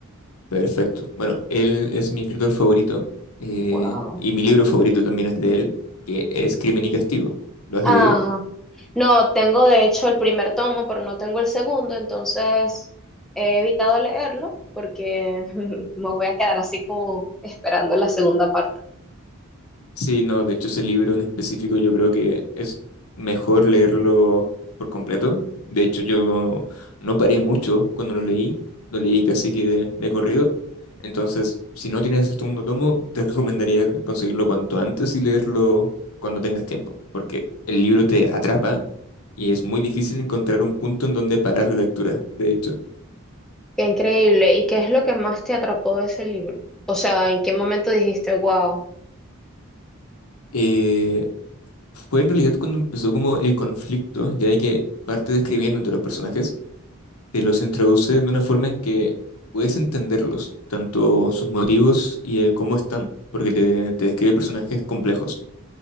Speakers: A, on the left; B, in the centre.
A: Perfecto. Bueno, él es mi escritor favorito eh,
B: Wow.
A: y mi libro favorito también es de él, que es Crimen y Castigo. ¿Lo has
B: Ajá.
A: leído?
B: No, tengo de hecho el primer tomo, pero no tengo el segundo, entonces he evitado leerlo porque <laughs> me voy a quedar así como esperando la segunda parte.
A: Sí, no, de hecho ese libro en específico yo creo que es mejor leerlo por completo. De hecho yo no, no paré mucho cuando lo leí, lo leí casi que de, de corrido. Entonces, si no tienes el segundo tomo, <laughs> te recomendaría conseguirlo cuanto antes y leerlo cuando tengas tiempo, porque el libro te atrapa y es muy difícil encontrar un punto en donde parar la lectura, de hecho.
B: Qué increíble. ¿Y qué es lo que más te atrapó de ese libro? O sea, ¿en qué momento dijiste, wow?
A: Eh, fue en realidad cuando empezó como el conflicto, ya de que parte describiendo entre los personajes. te los introduce de una forma en que puedes entenderlos, tanto sus motivos y el cómo están, porque te, te describe personajes complejos.